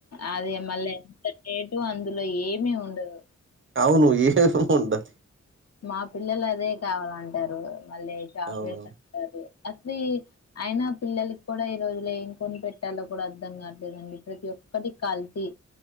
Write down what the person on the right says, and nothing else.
అవును ఏం ఉండదు
అవును.